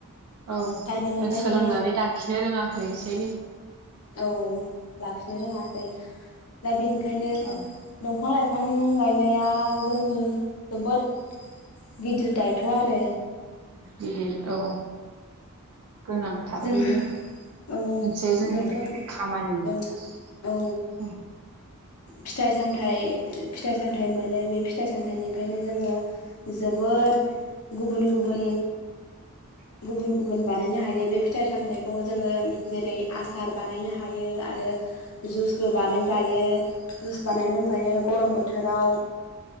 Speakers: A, on the right (about 85°); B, on the left (about 75°).
A: औ
B: दा बिनिखायनो
A: सोलोंनानै लाखिनो रोङाखैसै
B: औ लाखिनो रोङासखै दा बेनिखायनो
A: औ
B: दंफां लाइफां फां गायनाया जोंनि जोबोद गिदिर दायथ'आरो
A: गिदिर औ गोनांथार
B: जों
A: बेयो
B: औ
A: मोनसे जोंनि
B: जोंथ'
A: खामानि
B: औ
A: उम
B: औ फिथाइ सामथाय फिथाइ सामथायाइ मोनो बे फिथाइ सामथाइनिफायनो जोङो जोब बोद गुबुन गुबुन
A: <inaudible>
B: गुबुन गुबुन बानायनो हायो बे फिथाइ सामथायाइखौ जोङो जेरै आसार बानायनो हायो आरो जुसबो बानाय जायो जुस बानायनो लोंजायो गरम बोथोराव